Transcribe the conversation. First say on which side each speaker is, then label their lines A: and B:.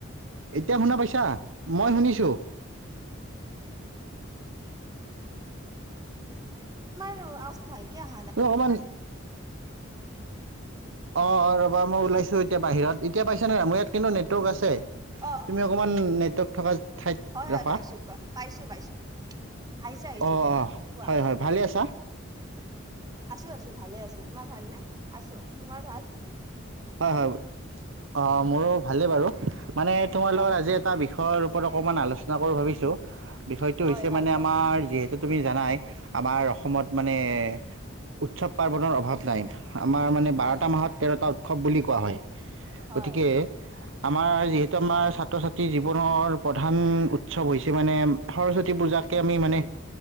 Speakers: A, on the right; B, on the right.
A: এতিয়া শুনা পাইছা মই শুনিছো।
B: তোমাৰ আৱাজটো ভালকে অহা নাই।
A: অ', অকমান অ', অ', ৰবা মই ওলাইছো এতিয়া বাহিৰত এতিয়া পাইছা নে, মোৰ ইয়াত কিন্তু নেটৱৰ্ক আছে।
B: অ'
A: তুমি অকণমান নেটৱৰ্ক থকা ঠাইত
B: হয় হয়
A: ৰখা।
B: পাইছো কোৱা পাইছো পাইছো আহিছে আহিছে
A: অ',
B: তোমাৰ
A: অ',
B: কোৱা।
A: হয় হয় ভালে আছা?
B: আছো আছো ভালে আছো তোমাৰ ভাল নে আছো তোমাৰ ভাল?
A: হয় হয় অ, মোৰো ভালেই বাৰু মানে তোমাৰ
B: হয়
A: লগত আজি এটা বিষয়ৰ বিষয়টো অকমান আলোচনা কৰো ভাবিছোঁ বিষয়টো
B: হয়
A: হৈছে
B: বাৰু
A: মানে
B: কোৱাচোন
A: আমাৰ যিহেতু তুমি জানাই আমাৰ অসমত মানে উৎসৱ পাৰ্বনৰৰ অভাৱ নাই। আমাৰ মানে
B: হয়
A: বাৰটা মাহত তেৰটা উৎসৱ বুলি কোৱা হয়
B: হয়
A: গতিকে আমাৰ যিহেতু আমাৰ ছাত্ৰ ছাত্ৰী জীৱনৰ প্ৰধান উৎসৱ হৈছে মানে সৰস্বতী পূজা। তাকৈ আমি মানে